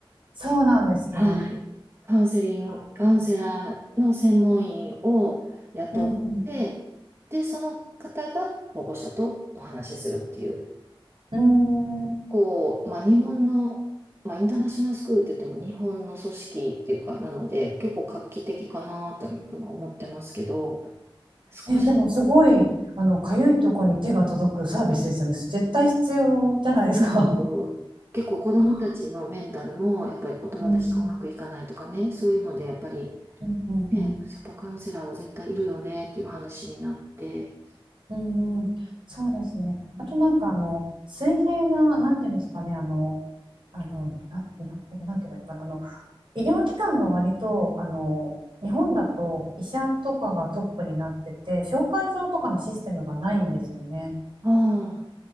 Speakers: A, on the right; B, on the right.
A: そうなんですね。
B: はい。カウンセリング、
A: あ
B: カウンセラーの専門員を雇って、
A: うんうん。
B: で、その方が保護者とお話しするっていう。
A: うーん。
B: 構、まあ、日本の、まあ、インターナショナルスクールって言っても日本の組織っていうか、なので、結構画期的かなと今思ってますけど、少し、
A: ね、でもすごい、あの、かゆいとこに手が届くサービスですよね。絶対必要じゃないですか。
B: なんかこう結構子供たちのメンタルも、
A: <laughs>
B: やっぱりお友達とうまくいかないとかね、
A: うん、
B: そういうので、やっぱり、
A: うん、うん、
B: ね、
A: うん、
B: やっぱカウンセラーは絶対いるよねっていう話になって、
A: うんうん、そうですね。
B: うん、
A: あとなんかあの、水平な、なんていうんですかね、あの、あの、な、日本これなんて言えばいいのかな、あの、医療機関が割と、あの、日本だと医者とかがトップになってて、紹介状とかのシステムがないんですよね。
B: あ